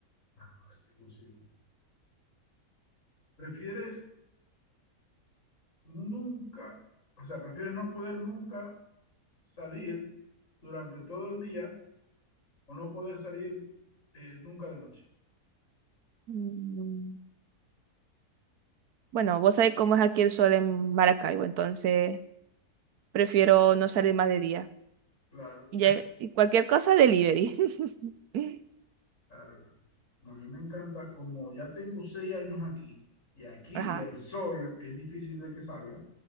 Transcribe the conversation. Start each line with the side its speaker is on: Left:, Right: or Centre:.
Left: Ah, ay, qué consigo. ¿Prefieres nunca, o sea, prefieres no poder nunca salir durante todo el día o no poder salir eh, nunca de noche?
Right: Mm, Bueno, vos sabés cómo es aquí el sol en Maracaibo, entonces prefiero no salir más de día.
Left: Claro,
Right: Ya- y cualquier cosa, delivery. <laughs>
Left: claro, claro. No, a mí me encanta, como ya tengo seis años aquí y aquí
Right: Ajá,
Left: el sol es difícil de que salga,